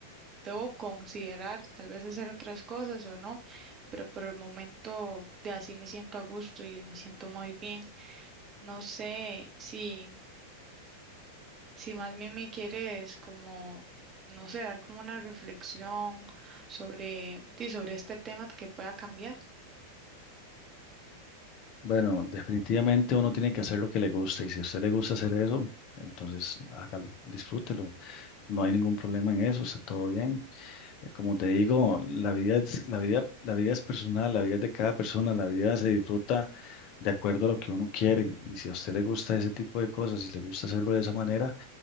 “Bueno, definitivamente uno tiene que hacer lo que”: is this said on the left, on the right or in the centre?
Left